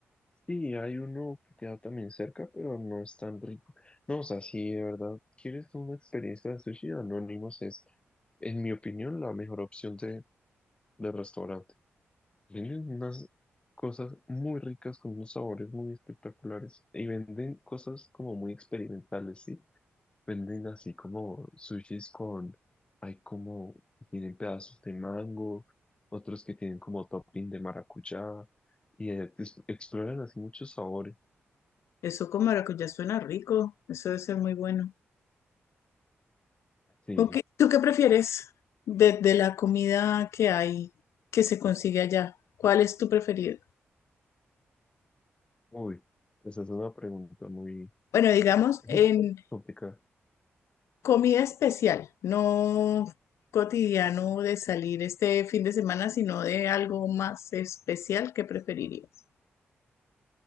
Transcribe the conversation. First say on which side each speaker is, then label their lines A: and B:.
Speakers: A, on the left; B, on the left.
A: Sí, hay uno que queda también cerca, pero no es tan rico. No, o sea, si de verdad quieres una experiencia de sushi, Anónimos es, en mi opinión, la mejor opción de, de restaurante. Venden unas cosas muy ricas con unos sabores muy espectaculares y venden cosas como muy experimentales, ¿sí? Venden así como sushis con, hay como, tienen pedazos de mango, otros que tienen como topping de maracuyá y eh, pues, exploran así muchos sabores.
B: Eso con maracuyá suena rico. Eso debe ser muy bueno.
A: Sí,
B: Ok, ¿tú qué prefieres de, de la comida que hay, que se consigue allá? ¿Cuál es tu preferido?
A: uy, esa es una pregunta muy
B: Bueno, digamos,
A: <laughs>
B: en
A: complicada.
B: Comida especial, no cotidiano de salir este fin de semana, sino de algo más especial que preferirías.